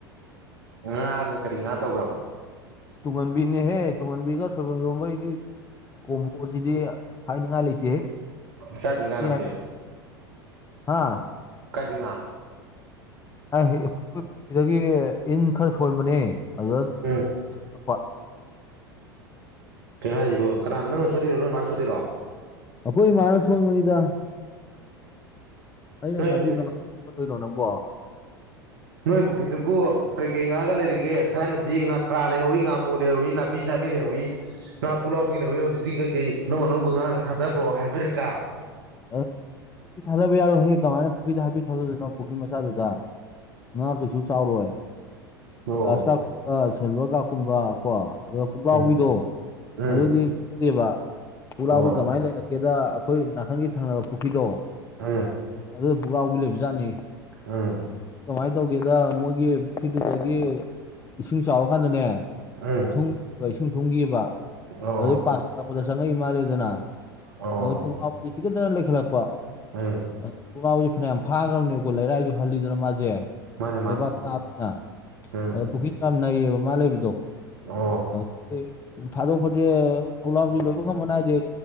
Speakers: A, on the right; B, on the left.
A: ꯉꯥꯅꯦ ꯀꯔꯤ ꯉꯥ ꯇꯧꯈ꯭ꯔꯕ
B: ꯇꯨꯡꯉꯟꯕꯤꯅꯦꯍꯦ ꯇꯨꯡꯉꯟꯕꯤꯒ ꯁꯣꯏꯕꯨꯝ ꯏꯔꫭꯝꯕꯒꯤ ꯀꯣꯝꯕꯣꯖꯤꯗꯤ ꯍꯥꯏꯅꯤꯡꯉꯥꯏ ꯂꯩꯇꯦꯍꯦ
A: ꯀꯥꯏꯗꯩ
B: <unintelligible>
A: ꯉꯥ ꯅꯪꯗꯤ
B: ꯍꯥꯥ
A: ꯀꯥꯏꯗꯩ ꯉꯥ
B: ꯑꯩ ꯄꯨꯈꯤꯗꯒꯤ ꯏꯟ ꯈꯔ ꯁꯣꯟꯕꯅꯦ ꯑꯗꯨꯗ
A: ꯎꯝ
B: ꯊꯛꯄ
A: ꯀꯩꯅꯣ ꯍꯥꯏꯖꯤꯕꯨ ꯀꯅꯥ ꯅꯪꯅ ꯁꫭꯜꯂꯤꯔꫭ ꯅꫭꯏ ꯃꯥꯅ ꯁꯣꯜꯂꯤꯔꫭ
B: ꯑꯩꯈꯣꯏ ꯏꯃꯥꯅ ꯁꯣꯟꯕꯅꯤꯗ ꯑꯩꯅ
A: ꯅꯣꯏ
B: ꯀꯥꯊꯤ
A: ꯄꯨꯈ꯭ꯔꯤ
B: ꯀꯃꯥꯏꯅꯗꯣꯏꯅꯣ ꯅꯪꯕꯣ
A: ꯅꯣꯏ ꯄꯨꯈ꯭ꯔꯤꯗꯨꯕꯨ ꯀꯩ ꯀꯩ ꯉꯥꯒ ꯂꯩꯔꯤꯒꯦ ꯊꯥꯏꯅꯗꯤ ꯉꯥꯀꯥ ꯂꯩꯍꯧꯋꯤ ꯉꯥꯃꯨ ꯂꯩꯍꯧꯋꯤ ꯄꯤꯖꯥ ꯄꯤ ꯂꯣ ꯉꯥ ꯄꯨꯂꯥꯎꯕꯒꯤ ꯂꯧꯋꯤ ꯍꯧꯖꯤꯛꯇꯤ ꯀꯩꯀꯩ ꯑꯅꯧ ꯑꯅꯧꯕ ꯉꯥꯒ ꯊꯥꯗꯕ꯭ꯔꯣ ꯍꯥꯏꯕꯔꯀꯥ
B: ꯑ ꯊꯥꯗꯕ ꯌꯥꯔꯣꯍꯦ ꯀꯃꯥꯏꯅ ꯄꯨꯈ꯭ꯔꯤꯗ ꯍꯥꯏꯐꯄꯤꯠ ꯊꯥꯗꯗꯣꯏꯅꯣ ꯄꯨꯈ꯭ꯔꯤ ꯃꯆꯥꯗꯨꯗ ꯉꯥ ꯀꯩꯁꯨ ꯆꯥꯎꯔꯣꯏ
A: ꯑꯣ
B: ꯒ꯭ꯂꯥꯁ ꯀꯥꯞꯀꯨꯝꯕ ꯁꯤꯜꯚꯔ ꯀꯥꯞꯀꯨꯝꯕ ꯀꯣ ꯑꯗ ꯄꯨꯛꯂꯥꯎꯕꯤꯗꯣ
A: ꯎꯝ ꯎꯝ
B: ꯑꯗꯨꯗꯤꯠꯇꯦꯕ ꯄꯨꯛꯂꯥꯎꯕꯤ
A: ꯑꯣ
B: ꯀꯃꯥꯏꯅ ꯂꯩꯔ ꯀꯦꯗ ꯑꯩꯈꯣꯏ ꯅꯥꯀꯟꯒꯤ ꯊꯪꯅꯕ ꯄꯨꯈ꯭ꯔꯤꯗꯣ
A: ꯑꯥ
B: ꯑꯗꯨ ꯄꯨꯛ꯭ꯔꯥꯎꯕꯤ ꯂꯩꯕꯖꯥꯠꯅꯤ
A: ꯎꯝ
B: ꯀꯃꯥꯏ ꯇꯧꯒꯦꯗ ꯃꯣꯏꯒꯤ ꯄꯨꯈꯤꯗꯨꯗꯒꯤ ꯏꯁꯤꯡ ꯆꯥꯎꯔꯀꯥꯟꯗꯅꯦ
A: ꯎꯝ
B: ꯊꯨꯝꯉꯤꯕ ꯏꯁꯤꯡ ꯊꯨꯝꯉꯤꯕꯕ
A: ꯑꯣ
B: ꯑꯗꯨꯗꯩ ꯄꯥꯊꯔꯛꯄꯗ ꯆꯪꯉꯛꯏ ꯃꯥꯜꯂꯦꯗꯅ
A: ꯑꯣ
B: ꯑꯗ ꯄꯨꯛꯂꯥꯎꯕꯤ ꯇꯤꯡꯈꯠꯇꯅ ꯂꯩꯈꯠꯂꯛꯄ
A: ꯎꯝ
B: ꯑꯗ ꯄꯨꯛꯂꯥꯎꯕꯤꯖꯦ ꯐꯩꯅꯌꯥꯝ ꯐꯥꯒꯔꯕꯅꯦꯕꯀꯣ ꯂꯩꯔꯥꯏꯖꯨ ꯍꯜꯂꯤꯗꯅ ꯃꯥꯖꯦ
A: ꯃꯥꯅꯦ ꯃꯥꯅꯦ
B: ꯂꯩꯕꯥꯛ ꯆꯥꯕꯅ
A: ꯎꯝ
B: ꯑꯗ ꯄꯨꯈ꯭ꯔꯤ ꯌꯥꯝ ꯅꯩꯌꯦꯕ ꯃꯥ ꯂꯩꯕꯗꯣ
A: ꯎꯝ
B: ꯑꯗꯨꯒꯤ ꯊꯥꯗꯣꯛ ꯄꯖꯦ ꯄꫭꯛꯂꯥꯎꯕꯤ ꯂꯣꯏꯕ ꯈꯪꯝꯕ ꯅꯥꯏꯗꯦ